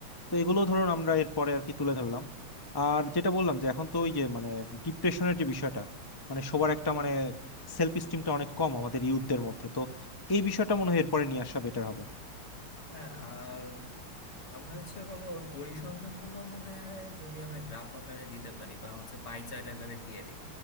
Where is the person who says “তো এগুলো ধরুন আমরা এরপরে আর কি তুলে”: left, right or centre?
Left